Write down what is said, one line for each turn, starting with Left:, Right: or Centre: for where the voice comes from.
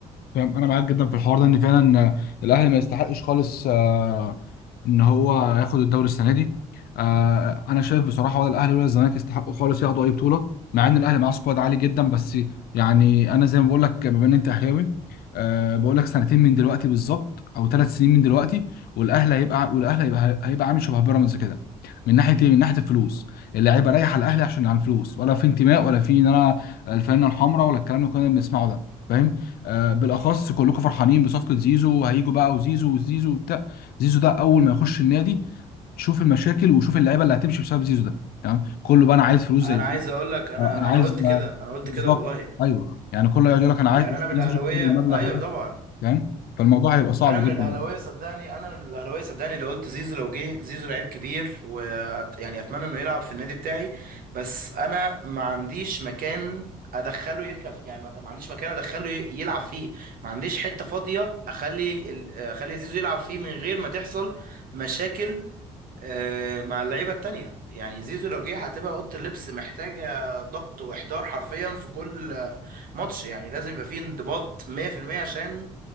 Left: فاهم انا معاك جدا في الحوار ده ان فعلا آه، الاهلي ما يستحقش خالص آه، ان هو ياخد الدوري السنه دي آه، انا شايف بصراحه ولا الاهلي ولا الزمالك يستحقوا خالص ياخدوا اي بطوله مع ان الاهلي معاه سكواد عالي جدا بس يعني انا زي ما بقول لك بما ان انت اهلاوي أه بقول لك سنتين من دلوقتي بالظبط او ثلاث سنين من دلوقتي والاهلي هيبقى والاهلي هيبقى, هيبقى عامل شبه بيراميدز كده من ناحيه ايه من ناحيه الفلوس اللعيبه رايحه الاهلي عشان عن فلوس ولا في انتماء ولا في ان انا الفانله الحمراء ولا الكلام اللي كنا بنسمعه ده فاهم آه، بالاخص كلكم فرحانين بصفقه زيزو هيجوا بقى وزيزو وزيزو وبتاع زيزو ده اول ما يخش النادي شوف المشاكل وشوف اللعيبه اللي هتمشي بسبب زيزو ده تمام كله بقى انا عايز فلوس
Right: انا
Left: زي زيزو
Right: عايز اقول لك انا
Left: آه، انا عايز
Right: انا قلت كده
Left: آه،
Right: انا قلت
Left: بالظبط
Right: كده والله
Left: ايوه يعني كله يقعد يقول لك انا عايز
Right: يعني انا من الاهلاوية
Left: زيزو ياخد المبلغ
Right: ايوه
Left: ده
Right: طبعا
Left: فاهم فالموضوع هيبقى صعب
Right: انا من
Left: جدا
Right: الاهلاويه
Left: يعني
Right: صدقني انا من الاهلاويه صدقني لو قلت زيزو لو جه زيزو لعيب كبير ويعني اتمنى انه يلعب في النادي بتاعي بس انا ما عنديش مكان ادخله يركب يعني ما ما عنديش مكان ادخله ي- يلعب فيه ما عنديش حته فاضيه اخلي ال- اخلي زيزو يلعب فيه من غير ما تحصل مشاكل آه، مع اللعيبه التانية يعني زيزو لو جه هتبقى اوضه اللبس محتاجه ضبط واحضار حرفيا في كل ماتش يعني لازم يبقى فيه انضباط 100% عشان